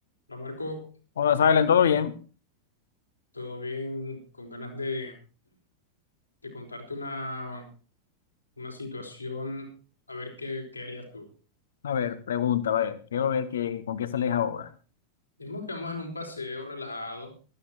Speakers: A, on the left; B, on the left.
A: No, Marco,
B: Hola, Silent, ¿todo bien?
A: todo bien, con ganas de, de contarte una, una situación, a ver qué, qué harías tú.
B: A ver, pregunta, a ver, quiero ver qué, con qué sales ahora.
A: Digamos que vamos en un paseo relajado,